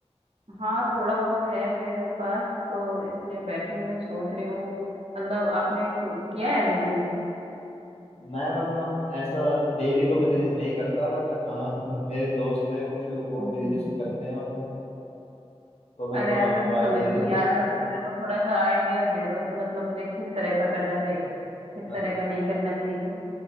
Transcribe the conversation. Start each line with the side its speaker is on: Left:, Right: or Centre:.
Right: हाँ थोड़ा बहुत है मेरे पास तो इसलिए बैठी हुई हूँ सोच रही हूँ मतलब आपने कु- किया है बिजनेस
Left: मैं मतलब ऐसा डेली तो बिजनेस नहीं करता बट हाँ <laughs> मेरे दोस्त हैं कुछ वो
Right: हम्म।
Left: बिजनेस करते हैं मतलब तो मैं
Right: अरे
Left: थोड़ा
Right: यार
Left: आपको
Right: मेरे को समझ
Left: आइडिया
Right: ही नहीं
Left: दे सकता
Right: आ रहा मतलब मेरे को थोड़ा सा आइडिया दे दो कि मतलब मुझे किस तरह का करना चाहिए किस
Left: हूँ
Right: तरह का नहीं करना चाहिए